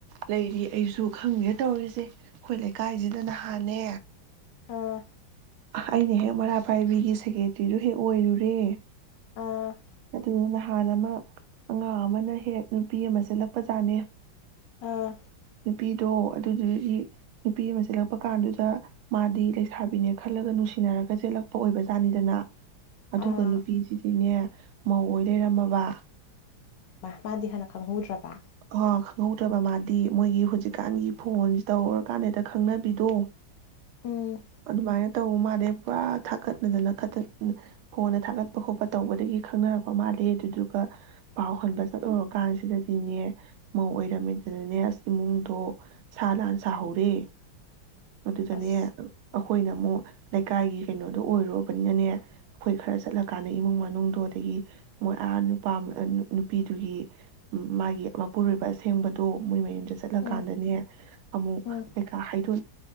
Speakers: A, on the right; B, on the left.
A: ꯂꯩꯔꯤ ꯑꯩꯁꯨ ꯈꯪꯒꯦ ꯇꯧꯔꯤꯁꯦ ꯑꯩꯈꯣꯏ ꯂꯩꯀꯥꯏꯁꯤꯗ ꯅꯍꯥꯟꯅꯦ
B: ꯑꯥ
A: ꯑꯩꯅ ꯍꯦꯛ ꯃꯩꯔꯥ ꯄꯥꯏꯕꯤꯒꯤ ꯁꯦꯀ꯭ꯔꯦꯇ꯭ꯔꯤꯗꯨ ꯍꯦꯛ ꯑꯣꯏꯔꯨꯔꯦ
B: ꯑꯥ
A: ꯑꯗꯨꯅ ꯅꯍꯥꯟ ꯑꯃ ꯑꯉꯥꯡ ꯑꯃꯅ ꯍꯦꯛ ꯅꯨꯄꯤ ꯑꯃ ꯆꯦꯜꯂꯛꯄꯖꯥꯠꯅꯤ
B: ꯑꯥ
A: ꯅꯨꯄꯤꯗꯣ ꯑꯗꯨꯗꯨꯒꯤ ꯅꯨꯄꯤ ꯑꯃ ꯆꯦꯜꯂꯛꯄ ꯀꯥꯟꯗꯨꯗ ꯃꯥꯗꯤ ꯂꯩꯁꯥꯕꯤꯅꯦ ꯈꯜꯂꯒ ꯅꯨꯡꯁꯤꯅꯔꯒ ꯆꯦꯜꯂꯛꯄ ꯑꯣꯏꯕꯖꯥꯠꯅꯤꯗꯅ ꯑꯗꯨꯒ
B: ꯑꯥ
A: ꯅꯨꯄꯤꯁꯤꯗꯤꯅꯦ ꯃꯧꯏ ꯂꯩꯔꯝꯃꯕ
B: ꯃꯥꯗꯤ ꯍꯥꯟꯅ ꯈꯪꯍꯧꯗ꯭ꯔꯥꯕ
A: ꯑ ꯈꯪꯍꯧꯗ꯭ꯔꯕ ꯃꯥꯗꯤ ꯃꯣꯏꯒꯤ ꯍꯧꯖꯤꯛꯀꯥꯟꯒꯤ ꯐꯣꯟ ꯇꯧꯔꯀꯥꯟ ꯗ ꯈꯪꯅꯕꯤꯗꯣ
B: ꯎꯝ
A: ꯑꯗꯨꯃꯥꯏꯅ ꯇꯧꯕ ꯃꯥꯜꯂꯦ ꯄꯨꯔꯥ ꯊꯥꯀꯠꯅꯗꯅ ꯐꯣꯟꯅ ꯊꯥꯒꯠꯄ ꯈꯣꯠꯄ ꯇꯧꯕꯗꯒꯤ ꯈꯪꯅꯔꯛꯄ ꯃꯥꯜꯂꯦ ꯑꯗꯨꯗꯨꯒ ꯄꯥꯎ ꯍꯟꯕ ꯆꯠꯂꯨꯔꯀꯥꯟꯁꯤꯗꯗꯤꯅꯦ ꯃꯧ ꯑꯣꯏꯔꯝꯃꯤꯗꯅꯅꯦ ꯑꯁ ꯏꯃꯨꯡꯗꯣ ꯁꯥ ꯂꯥꯟ ꯁꯥꯍꯧꯔꯦ ꯑꯗꯨꯗꯅꯦ
B: ꯑꯁ
A: ꯑꯩꯈꯣꯏꯅ ꯑꯃꯨꯛ ꯂꯩꯀꯥꯏꯒꯤ ꯀꯩꯅꯣꯗꯣ ꯑꯣꯏꯔꯨꯕꯅꯤꯅꯅꯦ ꯑꯩꯈꯣꯏ ꯈꯔ ꯆꯠꯂꯀꯥꯟꯗ ꯏꯃꯨꯡ ꯃꯅꯨꯡꯗꯣ ꯑꯗꯒꯤ ꯃꯣꯏ ꯑꯥ ꯅꯨꯄꯥ ꯅꯨꯄꯤꯗꯨꯒꯤ ꯃꯥꯒꯤ ꯃꯄꯨꯔꯣꯏꯕ ꯑꯁꯦꯡꯕꯗꯣ ꯃꯣꯏ ꯃꯌꯨꯝ ꯆꯠꯂꯀꯥꯟꯗꯅꯦ
B: ꯎꯝ
A: ꯑꯃꯨꯛ
B: ꯎꯝ
A: ꯀꯩꯀꯥ ꯍꯥꯏꯗꯣ